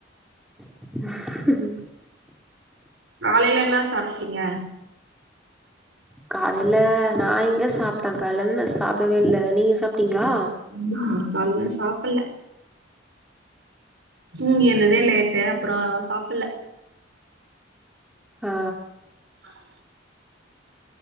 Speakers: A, in the centre; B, on the right.
A: <inaudible> <unintelligible>
B: காலையில என்னா சாப்ட்டீங்க <inaudible>
A: காலையில நா எங்க சாப்ட்ட கால்லேருந்து நா சாப்டவே இல்ல நீங்க சாப்ட்டீங்களா
B: ம் கால்லே சாப்பில்ல தூங்கி எந்ததே லேட்டு அப்புறோ சாப்பில்ல
A: ஆ
B: <inaudible>